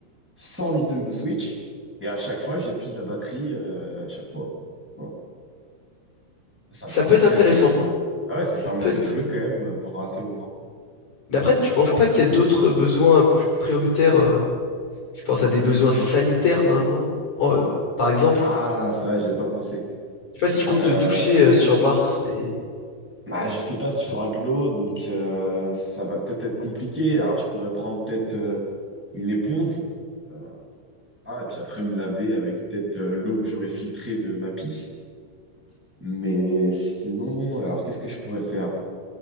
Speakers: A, in the centre; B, on the left.
A: 100 Nintendo Switch, et à chaque fois, j'épuise la batterie, euh, à chaque fois. Voilà. Ça
B: ça
A: me permettrait
B: peut être intéressant.
A: de... Ah ouais, ça
B: Ça
A: me permettrait
B: peut être.
A: de jouer
B: euh,
A: quand même pendant assez longtemps.
B: Mais après, tu penses pas qu'il y a d'autres besoins plus prioritaires? euh, Je pense
A: Hum,
B: à
A: hum,
B: des besoins
A: hum.
B: sanitaires normalement. En- euh, par exemple,
A: Ah, c'est vrai, j'avais pas pensé.
B: sais pas si tu
A: Euh,
B: comptes te doucher euh, sur Mars, mais
A: Bah, je sais pas s'il y aura de l'eau donc euh, ça va peut-être être compliqué. Alors, je pourrais prendre peut-être euh, une éponge, euh, ah, et puis après me laver avec peut-être euh, l'eau que j'aurais filtrée de ma pisse. Mais sinon, alors qu'est-ce que je pourrais faire?